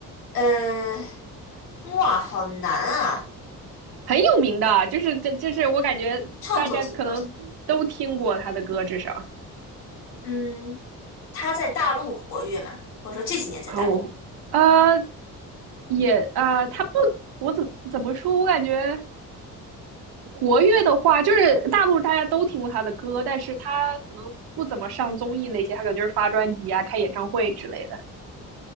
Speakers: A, on the left; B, on the right.
A: 呃，哇，好难啊。
B: 很有名的，就是这，就是我感觉大家可能都听过他的歌，
A: 创作型歌手，
B: 至少
A: 嗯，他在大陆活跃嘛，或者说这几年在大陆。
B: 很，呃，也呃，他不，我怎么怎么说，我感觉。活跃的话，就是大陆大家都听过他的歌，但是他可能不怎么上综艺那些，他可能就是发专辑啊、开演唱会之类的。